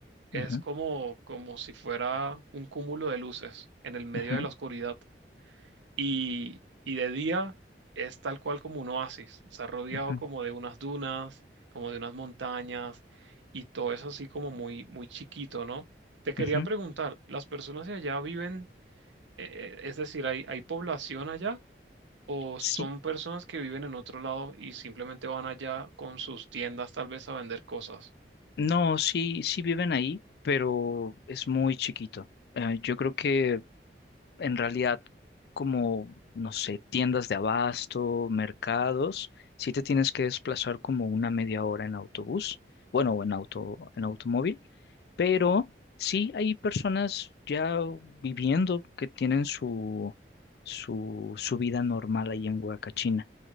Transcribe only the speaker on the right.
es
como, como si fuera un cúmulo de luces en el medio
de la oscuridad. Y, y de día es tal cual como un oasis, está rodeado
como de unas dunas, como de unas montañas, y todo es así como muy, muy chiquito, ¿no? Te quería
preguntar, ¿las personas de allá viven, eh, eh, es decir, ¿hay, hay población allá? ¿O
son personas que viven en otro lado y simplemente van allá con sus tiendas tal vez a vender cosas?